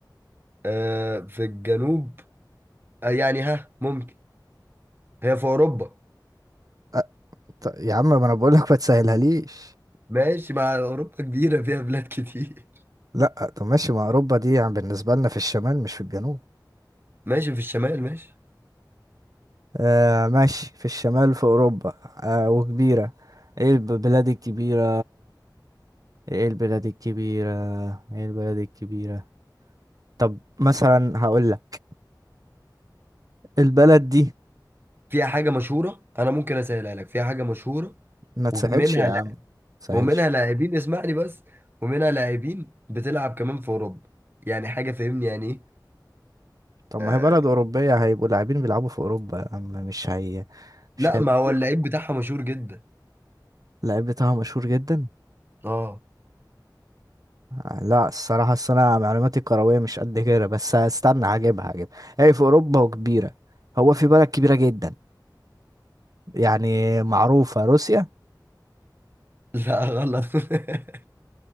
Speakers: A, on the right (about 30°); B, on the right (about 50°).
A: آه، في الجنوب آه، يعني ها ممكن هي في اوروبا
B: أ- ط- يا عم ما انا بقول لك ما تسهلها ليش
A: ماشي مع اوروبا كبيره فيها بلاد كتير
B: لا طب ماشي ما اوروبا دي يعني بالنسبة لنا في الشمال مش في الجنوب
A: <laughs> ماشي في الشمال ماشي
B: آه ماشي في الشمال في اوروبا آه وكبيرة ايه البلاد الكبيرة ايه البلاد الكبيرة ايه البلاد الكبيرة طب مثلا هقول لك البلد دي
A: فيها حاجه مشهوره انا ممكن اسهلها لك فيها حاجه مشهوره
B: ما تسهلش
A: ومنها
B: يا
A: لا
B: عم ما تسهلش
A: ومنها لاعبين اسمعني بس ومنها لاعبين بتلعب كمان في اوروبا يعني حاجه فاهمني يعني ايه
B: طب
A: آه
B: ما هي بلد أوروبية هيبقوا لاعبين بيلعبوا في أوروبا يا عم مش هي مش
A: لا
B: هيلعبوا
A: ما هو اللعيب بتاعها مشهور جدا
B: اللعيب بتاعهم مشهور جدا
A: اه
B: آه، لا الصراحة أصل أنا معلوماتي الكروية مش قد كده بس استنى هجيبها هجيبها هي في أوروبا وكبيرة هو في بلد كبيرة جدا يعني معروفة روسيا
A: لا غلط <laughs>